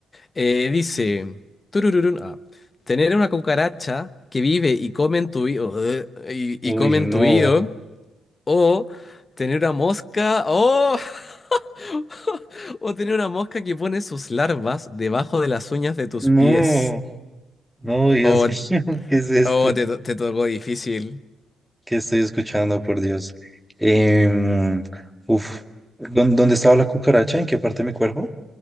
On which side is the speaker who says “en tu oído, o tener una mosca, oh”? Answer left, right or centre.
Left